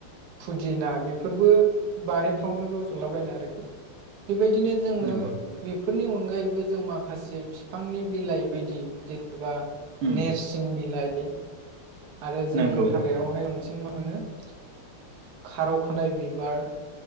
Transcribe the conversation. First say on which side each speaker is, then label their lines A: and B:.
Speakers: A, on the right; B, on the right.
A: फुदिना बेफोरबो बारिफ्रावनो रज'लाबायनाय आरोखि बेबायदिनो जोङो
B: नंगौ नोंथां
A: बेफोरनि
B: नंगौ
A: अनगायैबो जों माखासे फिफांनि बिलाइ बायदि जेरै एबा
B: नंगौ नोंथां उम
A: नेरसिं बिलाइ <unintelligible> आरो जों
B: नंगौ
A: हाग्रायावहाय
B: नंगौ
A: बांसिन मा मोनो? <inaudible> खारौ खान्दाय बिबार